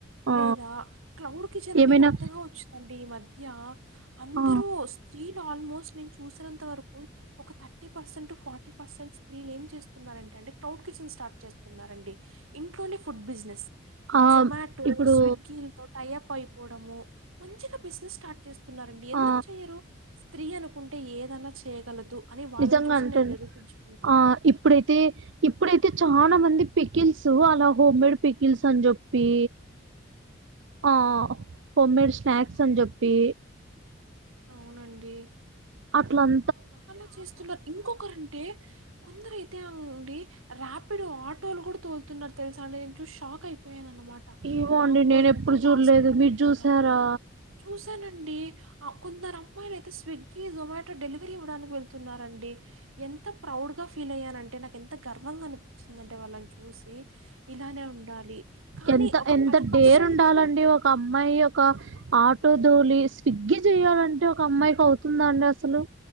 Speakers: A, on the right; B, on the right.
A: ఆ
B: లేదా క్లౌడ్ కిచెన్ అని
A: ఏమైనా
B: కొత్తగా వచ్చిందండి ఈ మధ్య మధ్య అందరూ
A: ఆ
B: స్త్రీలు ఆల్మోస్ట్ చూసినంత వరకు ఒక థర్టీ పర్సెంట్ ఫార్టీ పర్సెంట్ స్త్రీలు ఏం చేస్తున్నారంటే అంటే క్రౌడ్ కిచెన్ స్టార్ట్ చేస్తున్నారండి ఇంట్లోనే ఫుడ్ బిజినెస్
A: ఆ
B: జొమాటో
A: ఇప్పుడు
B: స్విగ్గీలతో టై అప్ై పోవడము మంచిగా బిజినెస్ స్టార్ట్ చేస్తున్నడి ఎందుకు
A: ఆ
B: చెయ్యరు స్త్రీ అనుకుంటే ఏ ఏదన్నా చేయగలదు అని వాళ్ళని
A: నిజంగా
B: చూసి
A: అంటాను
B: నేను నిరూపించు
A: ఆ ఇప్పుడైతే ఇప్పుడైతే చ చా మంది పికిల్స్ అలా హోమ్ మేడ్ పికిల్స్ అని చెప్పి ఆ హోమ్మేడ్ స్నాక్స్ అని చెప్పి
B: అవునండి
A: అట్లాం
B: అలా చేస్తున్నారు ఇంకొకరంటే కొందరు ఐతే రాపిడో ఆటోలు కూడా తోల్తున్నారు తెలుసా అండి నేను చూసి షాక్ అయిపోయాను అమాట
A: ఏమో
B: వామ్మో
A: అండి నేను
B: ఇంత
A: ఎప్పుడు
B: ఫాస్ట్గా
A: చూడలేదు మీరు
B: ఉన్నారా
A: చూసారా
B: చూసానండి కొందరు అమ్మాయిలు అయితే స్విగ్గీ జొమాటో డెలి ఇవ్వడానికి వెళ్తున్నారండి ఎంత ప్రౌడ్ గా ఫీల్ అయ్యానంటే నాకు ఎంత గర్వంగా అనిపించిందంటే వాళ్ళని చూసి ఇలానే ఉండాలి కానీ
A: ఎంత
B: ఒక
A: ఎంత
B: పది పర్సెంట్
A: డేర్ ఉండాలండి ఒక అమ్మాయి ఒక ఆటో తోలి స్విగ్గి చెయాలంటే ఒక అమ్మాయికి అవుతుందా అండి అసలు